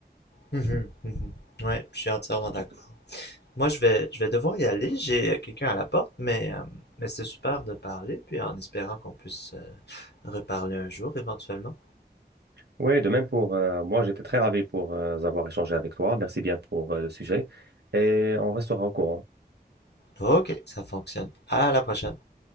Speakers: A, on the left (about 80°); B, on the right (about 75°).
A: Mhm. Mhm. Ouais, je suis entièrement d'accord.
B: Du-
A: Moi, je vais, je vais devoir y aller. J'ai euh, quelqu'un à la porte, mais, euh, mais c'est super de parler, puis en espérant qu'on puisse euh, reparler un jour éventuellement.
B: Oui, de même pour euh, moi, j'étais très ravi pour euh, avoir échangé avec toi. Merci bien pour euh, le sujet et on restera au courant.
A: Ok, ça fonctionne. À la prochaine.